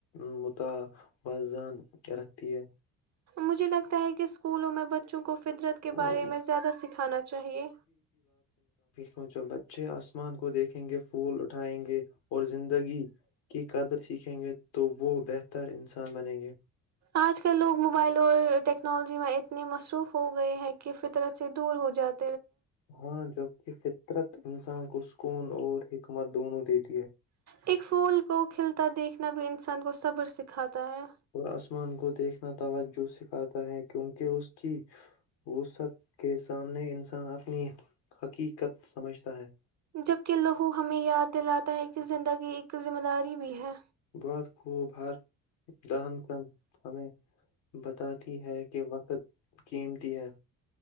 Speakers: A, on the left; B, on the right.
A: متوزان رکھتی ہے
B: مجھے لگتا ہے کہ اسکولوں میں بچوں کو فدرت
A: ہے
B: کے بارے میں زیادہ سکھانا چاہیئے
A: سونچ بچے آسمان کو دیکھیں گے پھول اٹھائیں گے اور زندگی کی قدر سیکھیں گے تو و بیتھ تر انسان بنیں گے
B: آج کل لوگ موبائل اور ٹیکنالوجی میں اتنے مصروف ہو گئے ہیں کہ فطرت سے دور ہو جاتا
A: ہاں جو کہ ف قطرت انسان کو سکون اور حکمت دونوں دت
B: ایک پھول کو کھلتا دیکھ ن نہ ب ا انسان گو صبر سکھاتا کتاایاں
A: اور کو دیکھنا توجہ سکھاتا ہے کیونکہ اس کی وسط کے سامنے انسان اپنی حقیقت سمجھتا ہے
B: جبک لہو ہمیں یاد دلاتا ہے کہ زندگی یہ ایک ذمہ داری بھی ہے
A: بعت خوب ہر دہن کن ہمیں بتاتی ہے کہ وقت قیمتی ہے